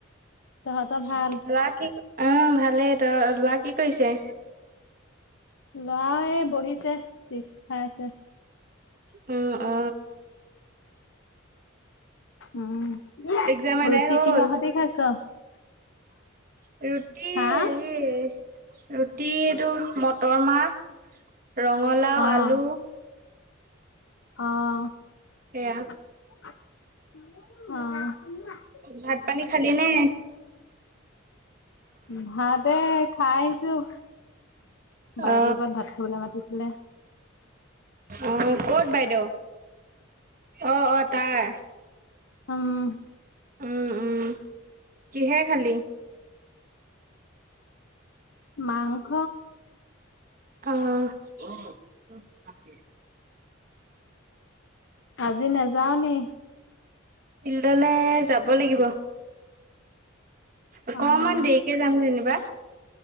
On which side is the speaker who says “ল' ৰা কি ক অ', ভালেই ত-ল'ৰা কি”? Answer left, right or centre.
Right